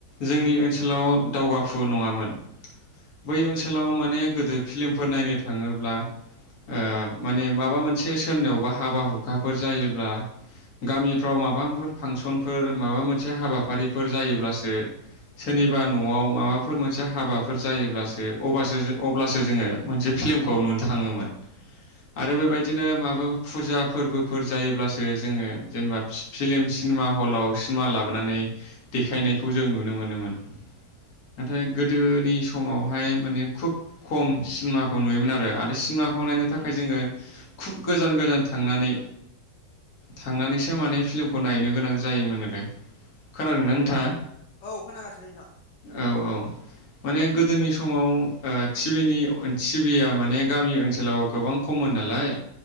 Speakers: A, on the left; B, on the left.
A: जोंनि ओनसोलाव दावगाफु नङामोन। बै ओनसोलाव माने गोदो फिलमफोर नायनो थाङोब्ला ओ माने माबा मोनसे सोरनियावबा हाबा हुखाफोर जायोब्ला गामिफ्राव माबाफोर फांसनफोर माबा मोनसे हाबा फारिफोर जायोब्लासो सोरनिबा न'आव माबाफोर मोनसे हाबाफोर जायोब्लासोसो अब्लासो जो अब्लासो जोङो मोनसे फिल्मखौ नुनो थाङोमोन आरो बेबायदिनो माबा फुजा फोरबोफोर जायोब्लासो जोङो जेनोबा फि फिलिम सिनेमा हलाव सिनेमा लाबोनानै देखायनायखौ जों नुनो मोनोमोन। नाथाय गोदोनि समावहाय माने खुब खम सिनेमाखौ नुयोमोन आरो आरो सिनेमाखौ नायनो थाखाय जोङो खुब गोजान गोजान थांनानै थांनानैसो माने फिल्मखौ नायनो गोनां जायोमोन आरो। खोनादोंना नोंथाङा?
B: औ खोनागासिनो नोंथां।
A: औ औ माने गोदोनि समाव ओ टिभिनि टिभिया माने गामि ओनसोलाव गोबां खममोन नालाय।